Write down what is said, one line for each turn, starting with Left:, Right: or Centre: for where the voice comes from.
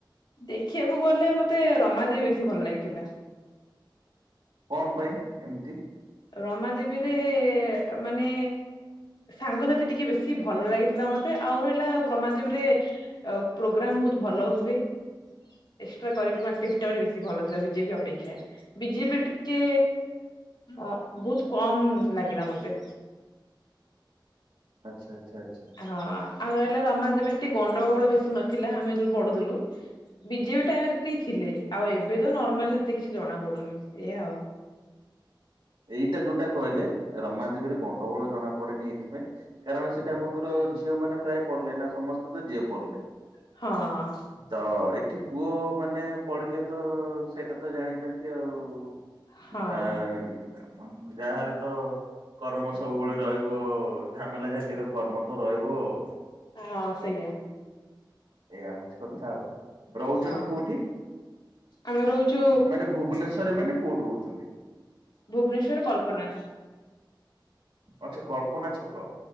Left: ଦେଖିବାକୁ ଗଲେ ମତେ ରମା ଦେବ ବେଶୀ ଭଲ ଲାଗିଥିଲା।
Right: କଣ ପାଇଁ ଏମତି
Left: ରମା ଦେବୀରେ ମାନେ ସାଙ୍ଗସାଥି ଟିକେ ବେଶୀ ଭଲ ଲାଗିଥିଲେ। ଲାଗିଥିଲା ମତେ ଆଉ ରହିଲା ରମାଦେବୀରେ ପ୍ରୋଗ୍ରାମ ବହୁତ ଭଲ ହୁଏ। ଏକ୍ସଟ୍ରା କରିକୁଲମ ଆକଟିଭିଟି ବେଶୀ ଭଲ ଥିଲା ବିଜେପି ଅପେକ୍ଷା ବିଜେପି ଟିକେ ଅ ବହୁତ କମ୍ ଲାଗିଲା ମତେ।
Right: ଆଚ୍ଛା ଆଚ୍ଛା ଆଚ୍ଛା
Left: ହଁ ଆଉ ରହିଲା ରମାଜବୀରେ ଟିକେ ଗଣ୍ଡଗୋଳ ବେଶୀ ନଥିଲା ଆମେ ଯେବେଳେ ପଢୁଥିଲୁ ବିଜେବି ଟାଇମରେ ଟିକେ ଥିଲେ ଆଉ ଏବେ ତ ନର୍ମାଲ ଏତେ କିଛି ଜଣା ପଡୁନି ଏଇଆ ଆଉ
Right: ଏଇଟା ଯୋଉଟା କହିଲେ ରମାଦେବୀରେ ଗଣ୍ଡଗୋଳ ଜଣା ପଡେନି ଏଇଥିପାଇଁ କାରଣ ସେଟା ଆପଣଙ୍କର ଝିଅ ମାନେ ପ୍ରାୟ ପଢିଲେ ନାଁ ସମସ୍ତେ ତ ଝିଅ ପଢିଲେ।
Left: ହଁ
Right: ତ ଏଠି ପୁଅ ମାନେ ପଢିଲେ ତ ସେଟା ତ ଜାଣିଚନ୍ତି ଆଉ
Left: ହଁ
Right: ଆ <unintelligible> ଜାହାହେଲେ ତ କର୍ମ ସବୁବେଳେ ରହିବ ଝାମେଲା ଝାଟିର କର୍ମ ତ ରହିବ ଆଉ।
Left: ହଁ ସେଇଆା
Right: ଏଇଆା ହଉଛି କଥା ଆଉ। ରହୁଛନ୍ତି
Left: ହଁ
Right: କୋଉଠି
Left: ଆମେ ରହୁଛୁ
Right: ମାନେ ଭୁବନେଶ୍ ଶରରେ ମାନେ କୋଉଠି ରହୁଛନ୍ତି?
Left: ଭୁବନେଶ୍ୱରରେ କଳ୍ପନା।
Right: ଆଛା କଳ୍ପନା ଛକ।